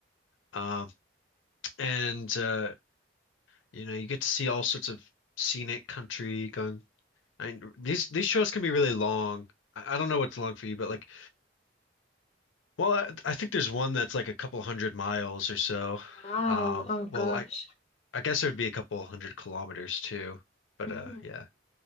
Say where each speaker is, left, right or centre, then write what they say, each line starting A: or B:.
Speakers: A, on the left; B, on the left.
A: um, and uh, you know you get to see all sorts of scenic country going. I mean, these these shows can be really long. I, I don't know what's long for you, but like, well, I, I think there's one that's like a couple hundred miles or so.
B: Wow.
A: Um,
B: Oh gosh.
A: well, I I guess it would be a couple hundred kilometers too, but
B: Mm.
A: uh, yeah.